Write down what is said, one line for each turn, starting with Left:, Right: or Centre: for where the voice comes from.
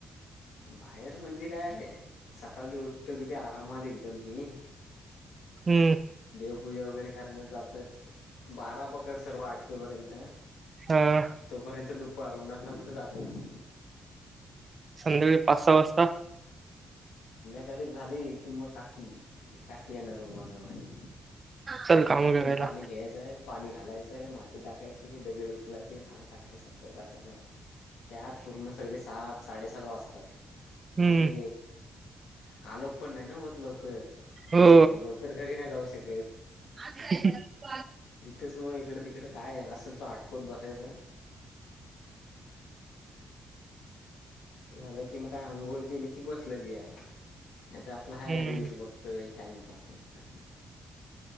Left: बाहेर म्हणजे काय. सकाळी उट गे आराम मत एकदम मी
Right: हम्म
Left: देवपूजा वगैरे करण्यात जातात बारा पकड सर्व आठवीपर्यंत
Right: हा
Left: तोपर्यंत दुप परवनात ना कुठे जातयस
Right: संध्याकाळी पाच सहा वाजता
Left: गाडी झाली कि मग काकी काकी येणार म माझं माझ्या
Right: चल काम
Left: इथून
Right: करायला
Left: पाणी घ्यायचंय पाणी घालायचं आहे माती टाकायची दगड उचलायची आहेत हार टाकायचं आहे. त्यात पूर्ण सगळे सात साडेसात वाजतात.
Right: हम्म
Left: आणि कालोक पण नाही ना होत लवकर
Right: हो
Left: लवकर घरी नाही जाऊ शकत.
Right: <inaudible>
Left: इथंच मग इकडे तिकड काय आहे असल तो आठपत बसायच. झालं की मग काय अंघोळ केली कि बसले द्यायला. नाही तर आपला हाय
Right: हम्म
Left: रिल्स बघतोय. टाइमपास निस्ता